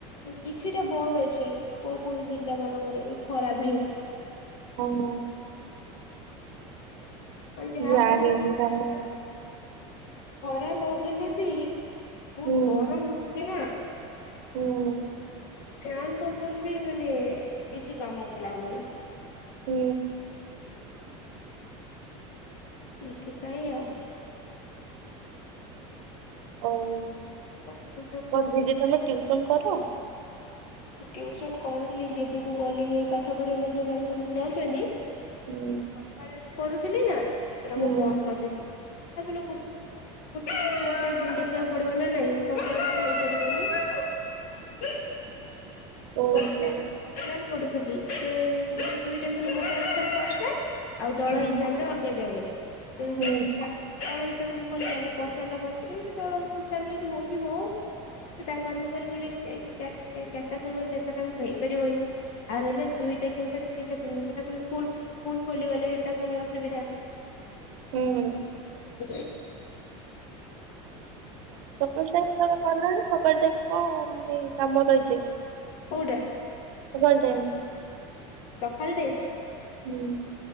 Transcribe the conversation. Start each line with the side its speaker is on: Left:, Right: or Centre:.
Left: କିଛିଟା ବନ୍ଦ ଅଛି କୋଉ କୋଉ ଜିଲ୍ଲା ମାନଙ୍କରେ ଖରା ପାଇଁ।
Right: ହଁ ହଁ।
Left: ଆଉ ଯାହା
Right: ଯାହାବି
Left: କରିବେ
Right: ହେଲେ କାମ
Left: ଖରା ନହେଲେ ବି ବହୁତ
Right: ହୁଁ
Left: ଗରମ ହଉଚି ନା
Right: ହୁଁ।
Left: ଫ୍ୟାନ ପବନ ବି ମାନେ କିଛି କାମକୁ ଲାଗୁନି।
Right: ହୁଁ।
Left: ଏଥିପାଇଁ ଆଉ
Right: ଆଉ।
Left: କଣ କହୁଛ କୁହ?
Right: ଦିଦି ତମେ ଟ୍ୟୁସନ କର? ଉଁ।
Left: ମୁଁ ଟିଉସନ କରୁଥିଲି ଯେବେଠୁ ଗଲିନି ଏଇ ପାଠ ପଢ଼ିବା ପାଇଁ ଯାଉଛନ୍ତି।
Right: ହୁଁ
Left: ସଖାଳେ ରୁ କରୁଥିଲି ନା। ସେଇଟା
Right: ହୁଁ
Left: ମୁଁ ବନ୍ଦ କରିଦେଲି। ଯହା ହେଲେ ବି ଗୋଟେ ଗୋଟେ ଦେଖିବାକୁ ପଡିବ ନା ନାଇଁ ସବୁଆଡ ତ ହେଇପାରିବନି।
Right: ଓହୋ
Left: ପସନାଲ ପସନାଲ। କରୁଥିଲି ସେ ଦୁଇ ଦୁଇଟା ମୁଁ <unintelligible> ପସନାଲ। ଆଉ ଦଳ
Right: ହୁଁ
Left: ହିସାବରେ ଅଲଗା ଜାଗାରେ। ସେ
Right: ହୁଁ
Left: ତ ସେ ଚା ଦଳ ହିସାବରେ ମୁଁ କହି ମୁଁ ପସନାଲ ଟା ବନ୍ଦ କରିବି ସେ ଦଳ ହିସାବରେ ଯଦି ହଉଛି ହଉ ସେ ତାଙ୍କ ଆଡୁ ବି କହିଲେ ବୋଲି ଚାରିଟା ସମୟରେ ତା ତ ହେଇପାରିବନି ଆଉ ହେଲେ ଦୁଇଟା କିମ୍ବା ତିନିଟା ସମୟ ସେଟା ପୁଣି ସ୍କୁଲ ଖୋଲିଗଲେ ସେଟା ପୁଣି ଅସୁବିଧା।
Right: ହୁଁ।
Left: ସେ। <inaudible>
Right: ସକାଳୁ ଟାଇମ କଲାଣି ସକାଳୁ ଟାଇମ କଣ ମାନେ କାମ ରହି ଯାଏ।
Left: କୋଉଟା
Right: <inaudible> ସକାଳ ଟାଇମ୍।
Left: ସକାଳ ଟାଇମ୍?
Right: ହୁଁ।